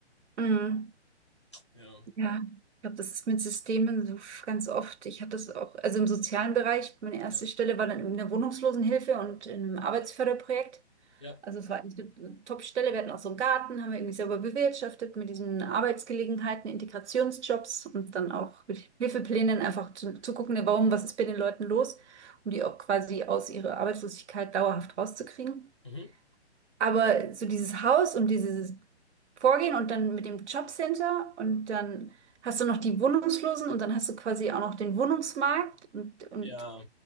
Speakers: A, on the right; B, on the left.
A: mm.
B: Ja.
A: Ja, ich glaube, das ist mit Systemen so f- ganz oft. Ich hatte das auch, also im sozialen Bereich, meine erste
B: Ja.
A: Stelle war dann in der Wohnungslosenhilfe und in einem Arbeitsförderprojekt.
B: Ja.
A: Also es war eigentlich eine Top-Stelle. Wir hatten auch so einen Garten, haben wir irgendwie selber bewirtschaftet mit diesen Arbeitsgelegenheiten, Integrationsjobs und dann auch mit Hilfeplänen einfach zu, zu gucken, ne, warum, was ist bei den Leuten los, um die auch quasi aus ihrer Arbeitslosigkeit dauerhaft rauszukriegen.
B: Mhm.
A: Aber so dieses Haus und dieses Vorgehen und dann mit dem Jobcenter und dann hast du noch die Wohnungslosen und dann hast du quasi auch noch den Wohnungsmarkt und, und
B: Ja.